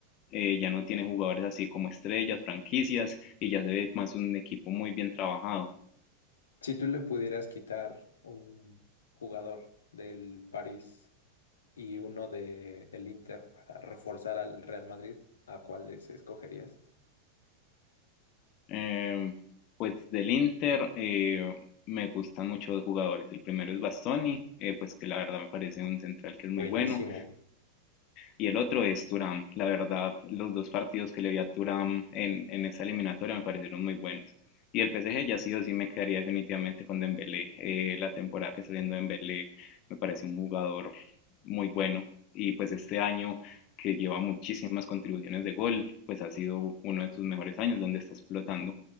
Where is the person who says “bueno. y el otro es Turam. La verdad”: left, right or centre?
Left